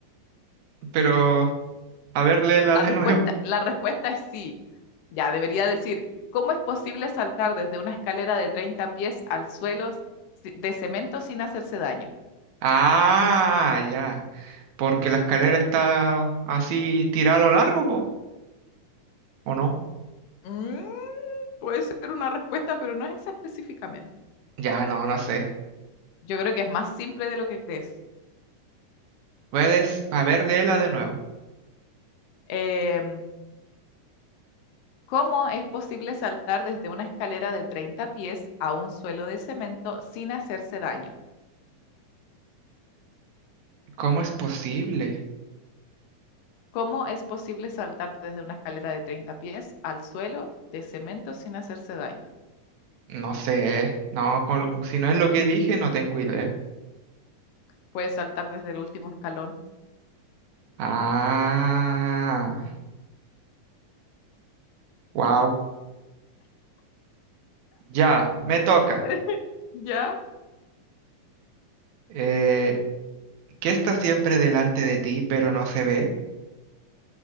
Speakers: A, on the right; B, on the left.
A: pero a ver, léela
B: La
A: de
B: respuesta,
A: nuevo.
B: la respuesta es sí. Ya, debería decir, ¿cómo es posible saltar desde una escalera de 30 pies al suelo si- de cemento sin hacerse daño?
A: Ah, ya, porque la escalera está así tirada a lo largo, po, ¿o no?
B: Mm, puede ser una respuesta, pero no es esa específicamente.
A: Ya, no, no sé.
B: Yo creo que es más simple de lo que crees.
A: Puedes, a ver, léela de nuevo.
B: Em, ¿cómo es posible saltar desde una escalera de 30 pies a un suelo de cemento sin hacerse daño?
A: ¿Cómo es posible?
B: ¿Cómo es posible saltar desde una escalera de 30 pies al suelo de cemento sin hacerse daño?
A: No sé. No, con si no es lo que dije, no tengo idea.
B: Puedes saltar desde el último escalón.
A: Ah, wow. Ya, me toca.
B: <laughs> ¿Ya?
A: Eh, ¿qué está siempre delante de ti, pero no se ve?